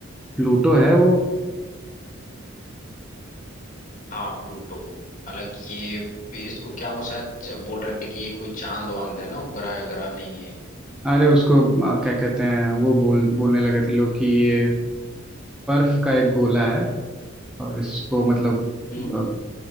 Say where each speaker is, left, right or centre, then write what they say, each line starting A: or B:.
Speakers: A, in the centre; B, on the left (about 40°).
A: प्लूटो है वो
B: हाँ प्लूटो हालांकि ये इसको क्या वो शायद च- बोल रहे थे कि ये कोई चांद वांद है ना उपग्रह है, ग्रह नहीं है
A: अरे उसको अ, क्या कहते हैं वो बोल बोलने लगे थे लोग कि ये बर्फ का एक गोला है और इसको मतलब
B: हम्म हम्म
A: अ,